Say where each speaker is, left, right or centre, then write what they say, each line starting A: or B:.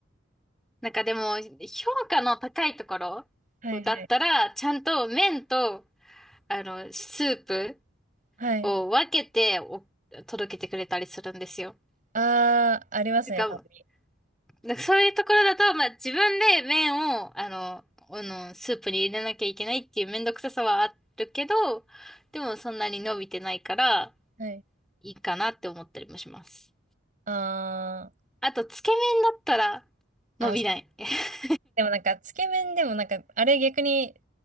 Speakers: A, in the centre; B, on the right.
A: なんかでも、評価の高いところ
B: はいはい。
A: だったら、ちゃんと麺と、あの、スープ
B: はい。
A: を分けてお届けてくれたりするんですよ。
B: あー、ありますね、
A: てか
B: たまに。
A: なんかそういうところだと、まあ自分で麺を、あの、あの、スープに入れなきゃいけないっていうめんどくささはあるけど、でもそんなに伸びてないから、
B: はい。
A: いいかなって思ったりもします。
B: あー、
A: あと、つけ麺だったら、
B: あ、
A: 伸びない。<laughs>
B: でもなんか、つけ麺でもなんか、あれ逆に